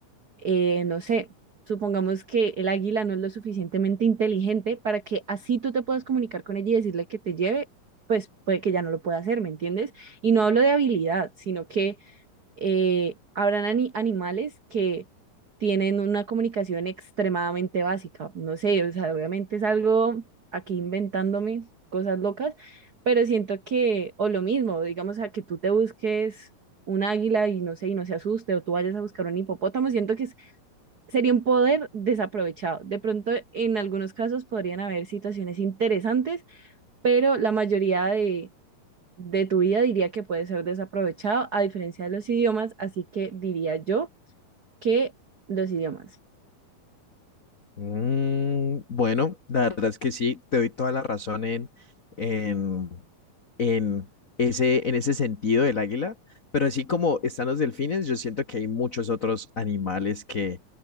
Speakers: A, on the right (about 70°); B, on the left (about 75°).
A: eh, no sé, supongamos que el águila no es lo suficientemente inteligente para que así tú te puedas comunicar con ella y decirle que te lleve, pues puede que ya no lo pueda hacer, ¿me entiendes? Y no hablo de habilidad, sino que eh, habrán ani- animales que tienen una comunicación extremadamente básica, no sé, o sea, obviamente es algo aquí inventándome cosas locas, pero siento que, o lo mismo, digamos, a que tú te busques un águila y no sé, y no se asuste, o tú vayas a buscar un hipopótamo, siento que sería un poder desaprovechado. De pronto, en algunos casos podrían haber situaciones interesantes, pero la mayoría de, de tu vida diría que puede ser desaprovechado, a diferencia de los idiomas, así que diría yo que los idiomas.
B: Mm, bueno, la verdad es que sí, te doy toda la razón en, en en ese, en ese sentido del águila, pero así como están los delfines, yo siento que hay muchos otros animales que,